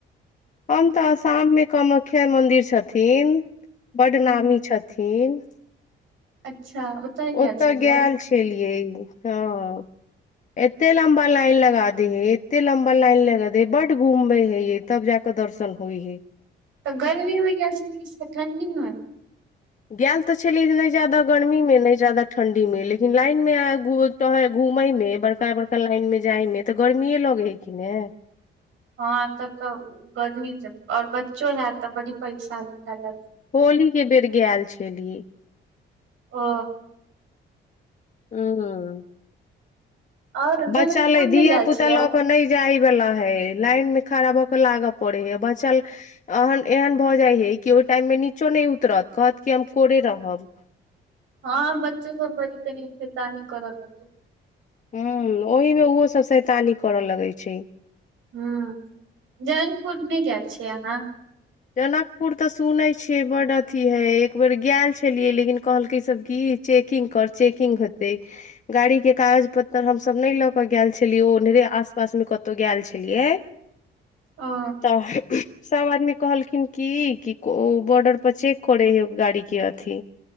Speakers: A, on the left (about 40°); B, on the right (about 80°).
A: हम तऽ आसाममे कामाख्या मन्दिर छथिन बड
B: ह
A: नामी छथिन
B: अच्छा ओतऽ ही गेल
A: ओतय
B: छलियै
A: गेल छलियै हँ एते लम्बा लाइन लगा दे हे एते लम्बा लाइन लगा दे हे बड्ड घुमबै हे ये तब जा कऽ दर्शन होइ हे
B: तऽ गर्मी मे गेल छलियै कि ठंडी मे
A: गेल तऽ छली जे नहि ज्यादा गर्मीमे नहि ज्यादा ठण्ढीमे लेकिन लाइनमे आ टह घूमयमे बड़का बड़का लाइनमे जायमे तऽ गर्मिए लगै हेकिन हे
B: हँ तब तऽ गर्मी आओर बच्चो हैत तऽ बड़ी परैेशानी भैल हैत
A: होली के बेर गैल छलियै
B: ओ
A: ह्म
B: और जहन
A: बच्चा
B: स्कुल
A: ले धिया
B: नहि गेल
A: पुता
B: छियै
A: लऽ के नहि जाइ वला हे लाइन मे खड़ा भऽ के लागऽ पड़े हे बच्चा एहन भऽ जाय हे कि ओहि टाइम मे नीचो नहि उतरत कहत कि हम कोरे रहब
B: हँ बच्चोसभ बड़ी कनि फेतानीऐ करय लगल
A: ह्म ओहीमे ओहोसभ सैतानी करय लगै छै
B: ह जनकपुरमे गेल छियै अहाँ
A: जनकपुर तऽ सुनै छियै बड्ड अथि हइ एक बेर गल छलियै लेकिन कहलकै सभ की चेकिंग कर चेकिंग हेतै गाड़ीके कागज पत्तर हमसभ नहि लऽ कऽ गेल छलियै ओ ओन्हरे आस पासमे कतहु गेल छलियै
B: ओ
A: तऽ सब आदमी कहलखिन की कि ओ बॉर्डर पर चेक करै है गाड़ी के अथि